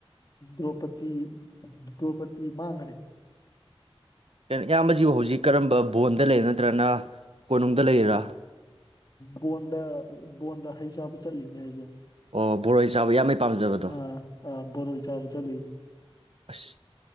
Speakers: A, on the left; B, on the right.
A: ꯗ꯭ꯔꯧꯄꯗꯤ ꯗ꯭ꯔꯣꯄꯗꯤ ꯃꯥꯡꯒꯔꯦ
B: ꯩꯅꯣ ꯏꯌꯥꯝꯕꯁꯤꯕꯨ ꯍꯧꯖꯤꯛ ꯀꯔꯝꯕ ꯕꯣꯟꯗ ꯂꯩ ꯅꯠꯇ꯭ꯔꯒꯅ ꯀꯣꯅꯨꯡꯗ ꯂꯩꯔꯤꯔꯥ
A: ꯕꯣꯟꯗ ꯕꯣꯟꯗ ꯍꯩ ꯆꯥꯕ ꯆꯠꯂꯤꯅꯦ ꯑꯩꯖꯦ
B: ꯑꯣ ꯕꯣꯔꯣꯏ ꯆꯥꯕ ꯏꯌꯥꯝꯕꯩ ꯄꯥꯝꯖꯕꯗꯣ
A: ꯑꯥ ꯕꯣꯔꯣꯏ ꯆꯥꯕ ꯆꯠꯂꯤ
B: ꯑꯁ